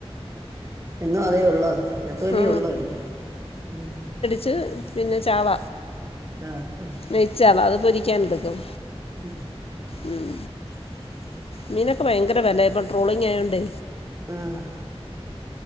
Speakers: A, on the right (about 30°); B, on the left (about 65°).
A: എന്നും അതേ ഒള്ളോ നെത്തോലിയെ
B: ആ
A: ഒള്ളോ എന്നും ഉം.
B: ച്ച് പിന്നെ ചാള.
A: ആഹ് ആഹ്.
B: നെയ്ച്ചാള അത് പൊരിക്കാൻ എടുക്കും.
A: ഉം.
B: ഉം.
A: <inaudible>
B: മീനൊക്കെ ഭയങ്കര വെല ഇപ്പൊ ട്രോളിംഗ് ആയോണ്ടേ.
A: ആഹ്.